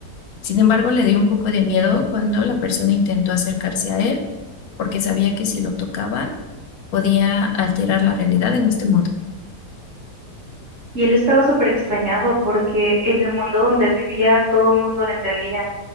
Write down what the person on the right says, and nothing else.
Y él estaba súper extrañado porque en el mundo donde él vivía todo el mundo lo entendía.